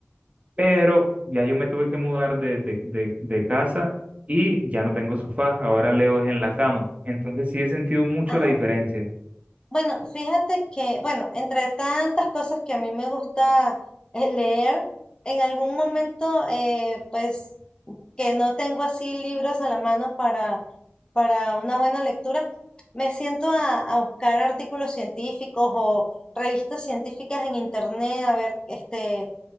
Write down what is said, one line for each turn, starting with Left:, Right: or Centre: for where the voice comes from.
Right: pero ya yo me tuve que mudar de, de, de, de casa y ya no tengo sofá, ahora leo es en la cama. Entonces sí he sentido mucho
Left: Ah,
Right: la diferencia.
Left: bueno, fíjate que, bueno, entre tantas cosas que a mí me gusta eh, leer, en algún momento, eh, pues que no tengo así libros a la mano para, para una buena lectura, me siento a, a buscar artículos científicos o revistas científicas en internet, a ver este,